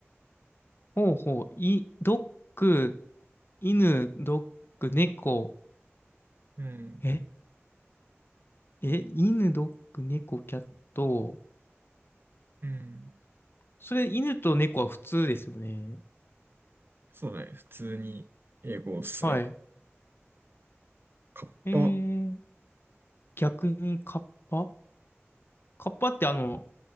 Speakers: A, on the left (about 55°); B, on the right (about 50°).
A: ほうほう。い、ドッグ、犬、ドッグ、猫。
B: れうん。
A: え、え、犬、ドッグ、猫、キャット。
B: うん。
A: それ、犬と猫は普通ですよね。
B: そうだね、普通に英語っすね。
A: はい。
B: カッパ、
A: えー、逆にカッパカッパってあの、